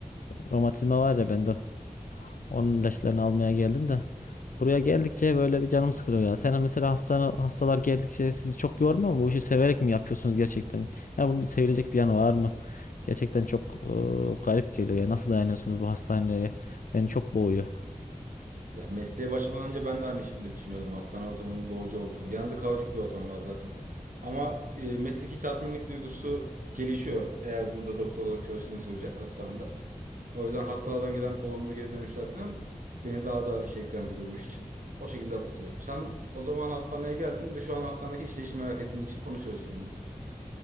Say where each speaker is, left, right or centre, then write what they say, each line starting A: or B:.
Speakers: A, on the left (about 85°); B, on the right (about 80°).
A: romatizma var ya bende. Onun ilaçlarını almaya geldim de. Buraya geldikçe böyle bir canım sıkılıyor ya. Sen mesela hastane, hastalar geldikçe sizi çok yormuyor mu? Bu işi severek mi yapıyorsunuz gerçekten? Ya bunun sevilecek bir yanı var mı? Gerçekten çok e, garip geliyor ya. Nasıl dayanıyorsunuz bu hastaneye? Beni çok boğuyor.
B: Ya mesleğe başlamadan önce ben de aynı şekilde düşünüyordum hastane ortamının boğucu olduğunu. Genelde kaotik bir ortam var zaten. Ama e, mesleki tatminlik duygusu gelişiyor eğer burada doktor olarak çalıştığın sürece hastanede. O yüzden hastalardan gelen olumlu geri dönüşler falan beni daha da şevklendiriyor bu iş için. O şekilde atlatıyorum. Sen o zaman hastaneye geldin ve şu an hastanedeki işleyişi merak ettiğin için konuşuyoruz seninle.